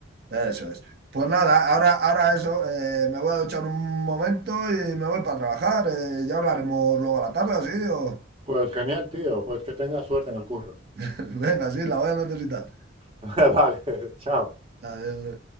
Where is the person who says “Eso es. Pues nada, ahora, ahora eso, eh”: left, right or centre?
Right